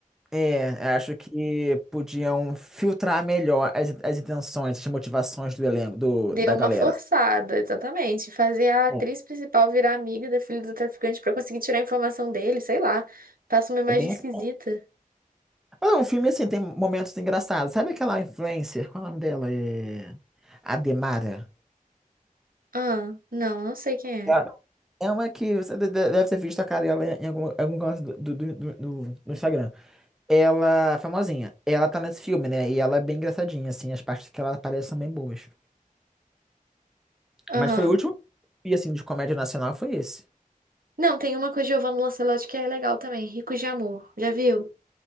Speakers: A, in the centre; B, on the right.
A: é, acho que podiam filtrar melhor as, as intenções, as motivações do elenco, do,
B: Deu
A: da galera.
B: uma forçada, exatamente. Fazer a atriz
A: É,
B: principal virar amiga da filha do traficante pra conseguir tirar a informação dele, sei lá. Passa uma imagem
A: é bem
B: esquisita.
A: assim. Mas o filme, assim, tem momentos engraçados. Sabe aquela influencer? Qual é o nome dela? É... Ademara.
B: Ah, não, não sei quem é.
A: Ah, É uma que você de- de- deve ter visto a cara dela em algum, algum canto do, do, do, do- do Instagram. Ela, famosinha, ela tá nesse filme, né? E ela é bem engraçadinha, assim, as partes que ela aparece são bem boas.
B: Aham.
A: Mas foi o último filme, assim, de comédia nacional foi esse.
B: Não, tem uma com a Giovanna Lancelotti que é legal também, Ricos de Amor. Já viu?